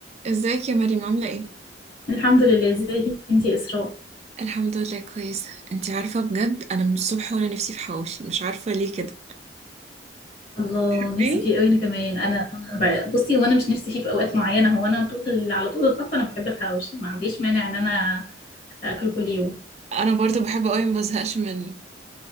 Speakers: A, on the right; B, on the left.
A: ازيك يا مريم عاملة ايه؟
B: الحمد لله ازيك انتي يا اسراء
A: الحمد لله كويسة انتي عارفة بجد انا من الصبح وانا نفسي في حواوشي مش عارفة ليه كده
B: الله
A: بتحبيه؟
B: نفسي فيه قوي انا كمان انا أنا ب- بصي هو انا مش نفسي فيه في اوقات معينه هو انا طول ال- على طول الخط انا بحب الحواوشي ما عنديش مانع ان انا اكله كل يوم
A: انا برضه بحبه قوي ما بزهقش منه